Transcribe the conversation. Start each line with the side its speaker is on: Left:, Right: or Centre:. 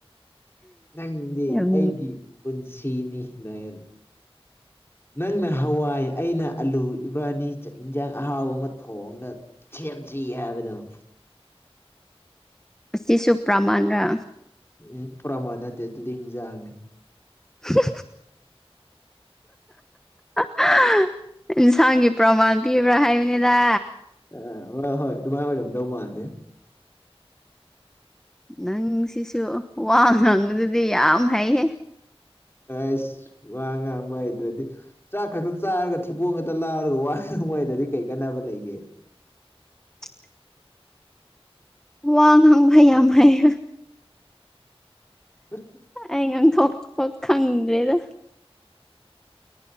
Left: ꯅꯪꯗꯤ
Centre: ꯌꯥꯝ
Left: ꯑꯩꯒꯤ ꯄꯨꯟꯁꯤ ꯁꯤꯅꯤ ꯅꯣꯌꯦ
Centre: <unintelligible>
Left: ꯅꯪꯅ ꯍꯋꯥꯏ ꯑꯩꯅ ꯑꯂꯨ ꯏꯕꯥꯅꯤ ꯆꯥꯛ ꯏꯟꯖꯥꯡ ꯑꯍꯥꯎ ꯑꯃ ꯊꯣꯡꯉꯒ ꯁꯦꯝꯖꯩ ꯍꯥꯏꯕꯗ <inaudible>
Centre: ꯑꯁꯤꯁꯨ ꯄ꯭ꯔꯃꯥꯟꯂ
Left: ꯎꯝ ꯄ꯭ꯔꯃꯥꯟ ꯅꯠꯇꯦ ꯑꯗꯨꯗꯤ ꯍꯤꯡꯖꯥꯡꯅꯦ
Centre: <unintelligible> ꯍꯥ ꯍꯥ ꯏꯟꯁꯥꯡꯒꯤ ꯄ꯭ꯔꯃꯥꯟ ꯄꯤ ꯍ꯭ꯔꯣ ꯍꯥꯏꯃꯤꯅꯦꯗ
Left: ꯑꯦ ꯍꯣꯏ ꯍꯣꯏ ꯑꯗꯨꯃꯥꯏꯅ ꯑꯣꯏꯔꯝ ꯗꯧ ꯃꯥꯜꯂꯦ
Centre: ꯅꯪ ꯁꯤꯁꯨ ꯋꯥ ꯉꯥꯡꯕꯗꯨꯗꯤ ꯌꯥꯝ ꯍꯩꯍꯦ
Left: ꯑꯁ ꯋꯥ ꯉꯥꯡꯕ ꯍꯩꯇ꯭ꯔꯗꯤ ꯆꯥꯛ ꯈꯛꯇ ꯆꯥꯔꯒ ꯊꯤꯕꯣꯡ ꯈꯛꯇ ꯂꯥꯎꯔꯒ ꯋꯥ ꯊꯨꯡꯋꯥꯏꯗꯗꯤ ꯀꯩ ꯀꯥꯟꯅꯕ ꯂꯩꯒꯦ
Centre: <unintelligible> ꯋꯥ ꯉꯥꯡꯕ ꯌꯥꯝ ꯍꯥꯏꯍꯦ
Left: ꯑ <inaudible>
Centre: ꯑꯩ ꯉꯥꯡꯊꯣꯛꯄ ꯈꯪꯗ꯭ꯔꯦꯗ